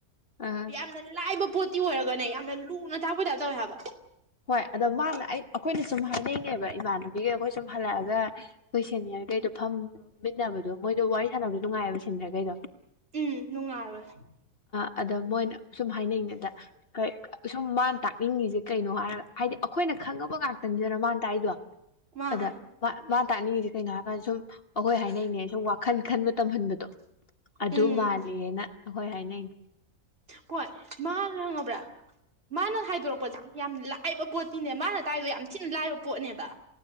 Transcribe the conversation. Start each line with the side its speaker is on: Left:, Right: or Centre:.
Left: ꯑꯥ
Right: ꯌꯥꯝꯅ ꯂꯥꯏꯕ ꯄꯣꯠꯇꯤ ꯑꯣꯏꯔꯒꯅꯦ ꯌꯥꯝꯅ ꯂꯨꯅ ꯊꯥꯛꯄ ꯇꯥꯏꯞ ꯇꯧꯋꯦ ꯍꯥꯏꯕ
Left: ꯍꯣꯏ ꯑꯗꯣ ꯃꯥꯅ ꯑꯩ ꯑꯩꯈꯣꯏꯅ ꯁꯨꯝ ꯍꯥꯏꯅꯅꯦꯕ ꯏꯃ ꯑꯗꯒꯤ ꯑꯩꯈꯣꯏ ꯁꯨꯝ ꯍꯜꯂꯛꯑꯒ ꯑꯩꯈꯣꯏ ꯁꯦꯅꯤꯌ꯭ꯔꯒꯩꯗꯣ ꯐꯝꯃꯤꯟꯅꯕꯗꯣ ꯃꯣꯏꯗꯣ ꯋꯥꯔꯤ ꯁꯥꯟꯅꯕꯁꯨ ꯅꯨꯡꯉꯥꯏꯌꯦꯕ ꯁꯦꯅꯤꯌ꯭ꯔꯒꯩꯗꯣ
Right: ꯎꯝ ꯅꯨꯡꯉꯥꯏꯕꯅꯦ
Left: ꯑꯗ ꯃꯣꯏꯅ ꯁꯨꯝ ꯍꯥꯏꯅꯉꯩꯗ ꯁꯨꯝ ꯃꯥꯅ ꯇꯥꯛꯅꯤꯡꯉꯤꯁꯦ ꯀꯩꯅꯣ ꯍꯥꯏꯔ ꯍꯥꯏꯗꯤ ꯑꯩꯈꯣꯏꯅ ꯈꯪꯉꯕ ꯉꯥꯛꯇꯅꯤꯗꯅ ꯃꯥꯅ ꯇꯥꯛꯏꯗꯣ
Right: ꯃꯥꯅꯦ
Left: ꯑꯗ ꯃꯥ ꯃꯥ ꯇꯥꯛꯅꯤꯡꯉꯤꯁꯦ ꯀꯩꯅꯣ ꯍꯥꯏ ꯁꯨꯝ ꯑꯩꯈꯣꯏ ꯍꯥꯏꯅꯩꯅꯦ ꯁꯨꯝ ꯈꯟ ꯈꯟꯕ ꯇꯝꯍꯟꯕꯗꯣ ꯑꯗꯨ
Right: ꯎꯝ
Left: ꯃꯥꯜꯂꯦꯅ ꯍꯣꯏ ꯍꯥꯏꯅꯩꯅꯦ
Right: ꯍꯣꯏ ꯃꯥꯅ ꯈꯪꯉꯕ꯭ꯔꯥ <inaudible> ꯃꯥꯅ ꯍꯥꯏꯗꯣꯔꯛꯄꯁꯦ ꯌꯥꯝ ꯂꯥꯏꯕ ꯄꯣꯠ ꯅꯦ ꯃꯥꯅ ꯇꯥꯛꯏꯗꯣ ꯌꯥꯝ ꯊꯤꯅ ꯂꯥꯏꯕ ꯄꯣꯠꯅꯦꯕ